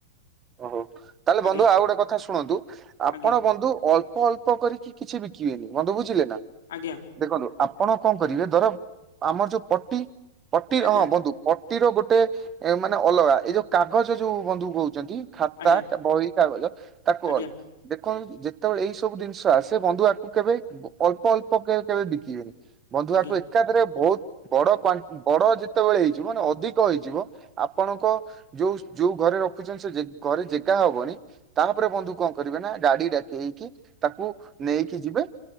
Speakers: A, on the left; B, on the right.
A: <inaudible>
B: ଓହୋ ତାହେଲେ
A: ଆଜ୍ଞା
B: ବନ୍ଧୁ ଆଉ ଗୋଟେ କଥା ଶୁଣନ୍ତୁ ଆପଣ
A: ଆଜ୍ଞା
B: ବନ୍ଧୁ ଅଳ୍ପ ଅଳ୍ପ କରିକି କିଛି ବିକିବେନି, ବନ୍ଧୁ ବୁଝିଲେ ନା
A: ଆଜ୍ଞା
B: ଦେଖନ୍ତୁ ଆପଣ କଣ କରିବେ ଧର ଆମର ଯୋଉ ପଟି ପଟି
A: ଆଜ୍ଞା
B: ହଁ ବନ୍ଧୁ ଅ ଟିର ଗୋଟେ ମାନେ ଅଲଗା ଏଇ ଯୋଉ କାଗଜ ଯୋଉ ବନ୍ଧୁ କହୁଛନ୍ତି। ଖାତା
A: ଆଜ୍ଞା
B: ବହି କାଗଜ ତାକୁ
A: ଆଜ୍ଞା
B: ଅଲଗା ବେ- ଯେତେବେଳେ ଏଇ ସବୁ ଜିନିଷ ଆସେ ବନ୍ଧୁ ଆକୁ କେବେ ଅଳ୍ପ ଅଳ୍ପ କେବେ କେବେ ବିକିବେନି। ବନ୍ଧୁଆକୁ
A: ଆଜ୍ଞା ଆଜ୍ଞା
B: ଏକାଥରେ ବହୁତ ବଡ କ୍ଵା-ବଡ ଯେତେବେଳେ ହେଇଯିବ ମାନେ ଅଧିକ ହେଇଯିବ ଆପଣଙ୍କ ଯୋଉ ଯୋଉ ଗ- ରଖୁଛନ୍ତି ସେ ଘରେ ଜେଗା ହବନି ତାପରେ ବନ୍ଧୁ କଣ କରିବେ ନା ଗାଡି ଡାକେଇକି ତାକୁ ନେଇକି ଯିବେ